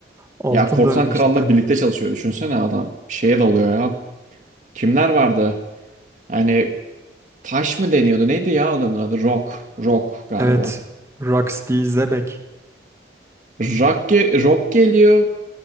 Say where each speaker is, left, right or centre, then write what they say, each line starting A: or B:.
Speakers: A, on the right; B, on the right.
A: Altın
B: Ya Korsan
A: dönemi
B: Kral'la
A: cidden.
B: birlikte çalışıyor. Düşünsene adam şeye dalıyor ya. Kimler vardı? Hani taş mı deniyordu? Neydi ya adamın adı? Rock. Rock galiba.
A: Evet. Rocksteady Zebek.
B: Rock, ge- Rock geliyor.